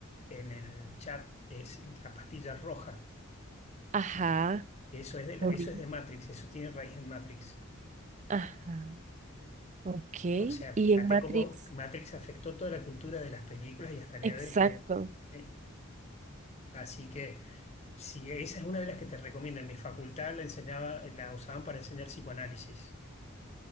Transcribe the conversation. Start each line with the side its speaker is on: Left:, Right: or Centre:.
Left: en el chat es la pastilla roja.
Right: ajá,
Left: Eso es de, la-
Right: Lo
Left: eso
Right: vi.
Left: es de Matrix, eso tiene raíz en Matrix.
Right: ajá, ok.
Left: O sea,
Right: Y
Left: fíjate
Right: en Matrix,
Left: cómo Matrix afectó toda la cultura de las películas y hasta el
Right: exacto,
Left: día de hoy hay gente. eh, Así que si esa es una de las que te recomiendo, en mi facultad la enseñaba, la usaban para enseñar psicoanálisis,